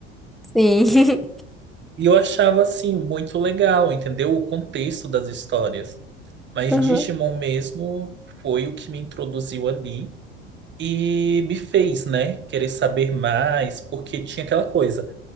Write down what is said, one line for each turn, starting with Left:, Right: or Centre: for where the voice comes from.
Centre: sim.
Right: E eu achava, assim, muito legal, entendeu? O contexto das histórias. Mas
Centre: <laughs> Aham.
Right: Digimon mesmo foi o que me introduziu ali. E me fez, né, querer saber mais, porque tinha aquela coisa.